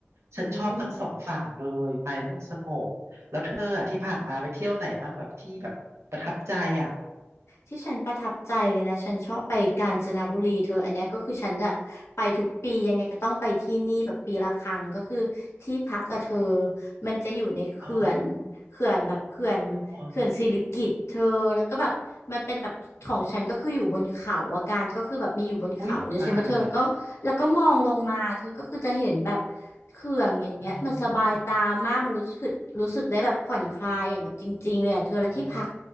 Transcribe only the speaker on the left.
อุ้ย
ที่ฉันประทับใจเลยนะฉันชอบไปกาญจนบุรีเธออันเนี้ยก็คือฉันแบบไปทุกปียังไงก็ต้องไปที่นี่แบบปีละครั้งก็คือที่พักกับเธอมันจะอยู่ในเขื่อน
เขื่อนแบบเขื่อนเขื่อนสิริกิติ์เธอแล้วก็แบบมันเป็นแบบของฉันก็คืออยู่บนเขาอาการก็คือแบบมีอยู่บนเขาด้วยใช่ไหมเธอแล้วก็แล้วก็มองลงมาเธอก็คือจะเห็นแบบ
เขื่อนอย่างเงี้ยมันสบายตามากมันรู้สึกรู้สึกได้แบบผ่อนคลายอย่างแบบจริงๆเลยอะเธอและที่พัก